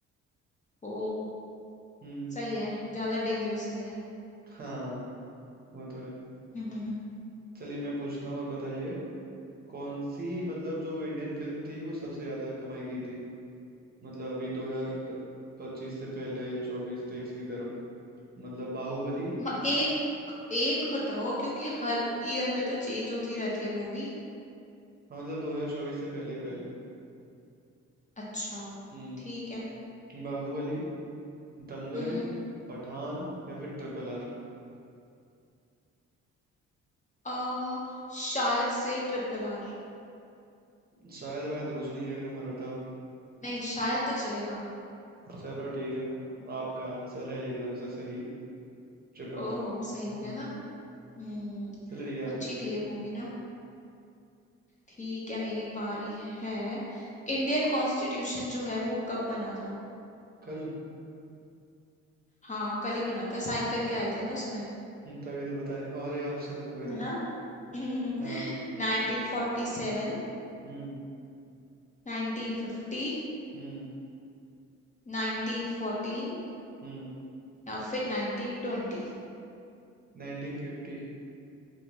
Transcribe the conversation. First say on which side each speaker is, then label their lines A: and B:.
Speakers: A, on the left; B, on the right.
A: ओ
B: हम्म
A: सही है ज्यादा डेंजरस नहीं है
B: हाँ वो तो है
A: <laughs> हम्म
B: चलिए मैं पूछता हूँ अब बताइए कौन सी मतलब जो इंडियन फिल्म थी वो सबसे ज्यादा कमाई की थी मतलब अभी दो हजार पच्चीस से पहले या चौबीस तेईस की तरफ मतलब बाहुबली
A: म- एक एक बताओ क्योंकि हर ईयर में तो चेंज होती रहती है मूवी
B: हाँ मतलब दो हजार चौबीस से पहले ही पहले
A: अच्छा
B: हम्म
A: ठीक है
B: बाहुबली दंगल
A: हम्म
B: पठान या फिर ट्रिपल आर
A: आ, शायद से ट्रिपल आर
B: शायद भाई तो कुछ नहीं एक नंबर बताओ
A: नहीं शायद तो चलेगा
B: चलो ठीक है आपका आंसर है एकदम से सही ट्रिपल
A: ओह
B: आर
A: सही हो
B: हम्म
A: गया ना हम्म
B: चलो ठीक है आप
A: अच्छी
B: पूछिए
A: थी ये मूवी ना ठीक है मेरी बारी है इंडियन कॉन्स्टिट्यूशन जो है वो कब बना था
B: कल
A: हाँ कल ही बना था साइन करके आए थे ना उसमें
B: हम्म, तभी तो बताए और ये ऑप्शन तो पहले
A: है ना <laughs>
B: हाँ
A: 1947
B: Hmm
A: 1950
B: Hmm
A: 1914
B: Hmm
A: या फिर 1920
B: Nineteen fifty